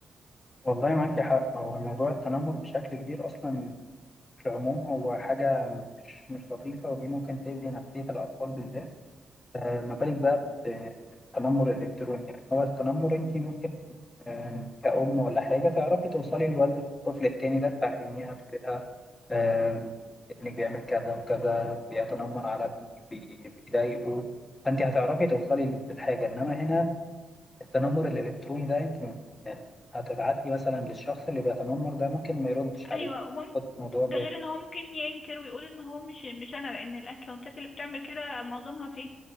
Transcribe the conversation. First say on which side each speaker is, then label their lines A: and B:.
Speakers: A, on the left (about 30°); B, on the left (about 55°).
A: والله معاكي حق هو موضوع التنمر بشكل كبير اصلا في العموم هو حاجه مش مش لطيفه ودي ممكن تاذي نفسيه الاطفال بالذات آه، ما بالك بقى ب- بالتنمر الالكتروني يعني هو التنمر انت ممكن آه، كأم ولا حاجه تعرفي توصلي لوالده الطفل التاني ده تفهميها تقولي لها آه، ابنك بيعمل كذا وكذا بيتنمر على ابني بي- بيضايقه فانت هتعرفي توصلي للحاجه انما هنا التنمر الالكتروني ده انت م- يعني هتبعتي مثلا للشخص اللي بيتنمر ده ممكن ما يردش عليك
B: ايوه وممكن
A: خد الموضوع
B: ده
A: ب
B: غير ان هو ممكن ينكر ويقول ان هو مش مش انا لان الاكونتات اللي بتعمل كده معظمها فيك